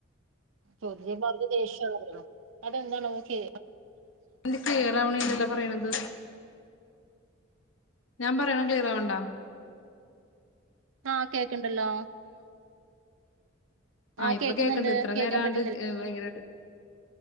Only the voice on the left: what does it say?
ന്റെ ക്ലീയറാവണില്ലല്ലോ പറയണത്. ഞാമ്പറയണ ക്ലിയറാവ്ൺണ്ടോ?
ആ
ഇപ്പ
കേക്ക്‌ണ്ട് ഇത്ര
നേരാണ്ട്
ഏ വയങ്കര